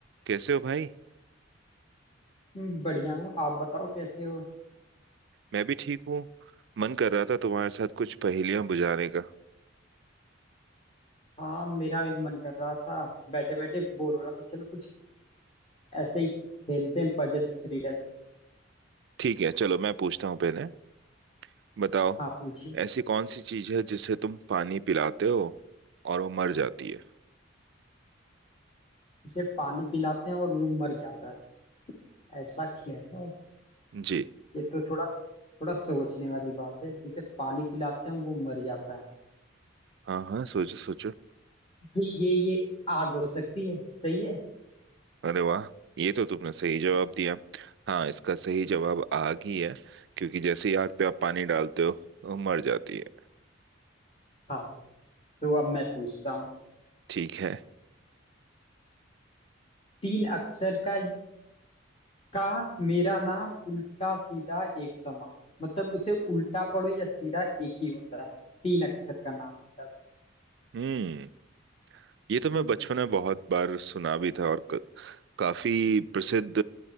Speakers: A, on the right; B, on the left.
A: कैसे हो भाई
B: हम्म, बढ़िया हूँ आप बताओ कैसे हो
A: मैं भी ठीक हूँ मन कर रहा था तुम्हारे साथ कुछ पहेलियां बुझाने का
B: हाँ मेरा भी मन कर रहा था बैठे बैठे बोर हो रहा था चलो कुछ ऐसे ही खेलते हैं पजल्स रिडल्स
A: ठीक है चलो मैं पूछता हूँ पहले बताओ
B: हाँ पूछिए
A: ऐसी कौन सी चीज है जिसे तुम पानी पिलाते हो और वो मर जाती है
B: उसे पानी पिलाते हैं और वो मर जाता है ऐसा क्या है
A: जी
B: ये तो थोड़ा थोड़ा सोचने वाली बात है जिसे पानी पिलाते हैं वो मर जाता है
A: हाँ हाँ सोचो सोचो
B: ये ये ये आग हो सकती है सही है
A: अरे वाह ये तो तुमने सही जवाब दिया हाँ इसका सही जवाब आग ही है क्योंकि जैसे ही आग पे आप पानी डालते हो वो मर जाती है
B: हाँ तो अब मैं पूछता हूँ
A: ठीक है
B: तीन अक्षर का का मेरा नाम उल्टा सीधा एक समान मतलब उसे उल्टा पढ़ो या सीधा एक ही होता है तीन अक्षर का नाम होता है
A: हम्म ये तो मैं
B: हम्म,
A: बचपन में बहुत बार सुना भी था और क- काफी प्रसिद्ध